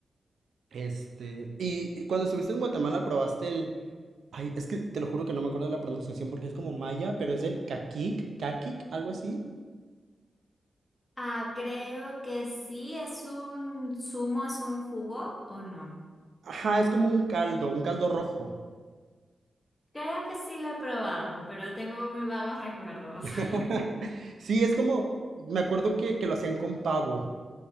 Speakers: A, on the right (about 75°); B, on the left (about 20°).
A: Este, y y cuando estuviste en Guatemala probaste el... Ay, es que te lo juro que no me acuerdo de la pronunciación porque es como maya, pero es el caquic, caquic, algo así.
B: Ah, creo que sí, es un zumo, es un jugo o no.
A: Ajá, es como un caldo, un caldo rojo.
B: Creo que sí lo he probado, pero tengo muy vagos recuerdos.
A: <laughs>
B: <laughs>
A: Sí, es como, me acuerdo que, que lo hacían con pavo